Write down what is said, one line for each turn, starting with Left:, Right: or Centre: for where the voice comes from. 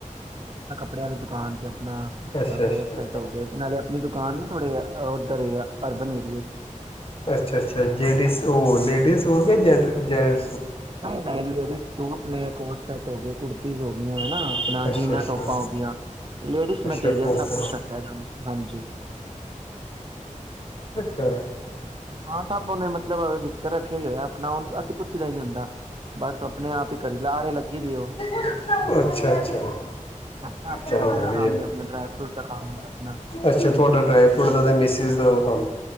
Right: ਕੱਲ ਦੁਕਾਨ ਤ ਆਪਣਾ
Left: ਅੱਛਾ
Right: ਕੋਟ
Left: ਅੱਛਾ
Right: ਸੈਟ ਹੋਗੇ, ਨਾਲੇ ਆਪਣੀ ਦੁਕਾਨ ਨਾ ਥੋੜੇ ਉੱਧਰ ਅਰਬਨ ਏਰੀਏ ਚ <inaudible>
Left: ਅੱਛਾ -ਅੱਛਾ ਜੇਡੀਜ਼ ਉਹ,
Right: ਹਾਂ
Left: ਲੇਡੀਜ਼ ਸੂਣਗੇ ਜੈਂਟ ਜੈ <inaudible>
Right: ਨਹੀਂ ਨਹੀਂ ਲੇਡੀਜ਼ ਸੂਟ ਨੇ, ਕੋਟ ਸ਼ਰਟ ਹੋ ਗਈ, ਕੁੁਰਤੀਜ ਹੋ ਗਈਆਂ। ਹਨਾ, ਆਪਣਾ
Left: ਅੱਛਾ
Right: ਜੀਨਾ
Left: ਅੱਛਾ
Right: ਟੋਪਾਂ ਹੋਗੀਆਂ, ਲੇਡੀਜ਼
Left: ਅੱਛਾ
Right: ਮਟੀਰੀਅਲ
Left: ਟੋਪ
Right: ਸਭ ਕੁਛ ਰੱਖਿਆ ਹਾਂਜੀ।
Left: ਹ <inaudible>
Right: ਹਾਂ, ਸਭ ਉਹਨੇ ਮਤਲਬ ਰੱਖਿਆ ਹੀ ਹੋਇਆ ਆਪਣਾ, ਉਹ ਅਸੀਂ ਪੁੱਛਦਾ ਹੀ ਨਹੀਂ ਹੁੰਦਾ, ਬਸ ਆਪਣੇ ਆਪ ਹੀ ਕਰੀ, ਲਾਰੇ ਲੱਗੀ ਦੇ ਉਹ।
Left: ਅੱਛਾ -ਅੱਛਾ
Right: ਆਪਣਾ ਆਪਣਾ
Left: ਚਲੋ
Right: ਇੱਧਰ
Left: ਵਧੀਆ
Right: ਕੰਮ
Left: ਬਾਈ,
Right: ਹੈ, ਆਪਣਾ ਡਰਾਈ ਫਰੂਟ ਦਾ ਕੰਮ ਹੈ ਆਪਣਾ
Left: ਅੱਛਾ ਤੁਹਾਡਾ ਡਰਾਈ ਫਰੂਟ ਦਾ ਅਤੇ ਮਿਸਿਸ ਦਾ ਉਹ ਕੰਮ।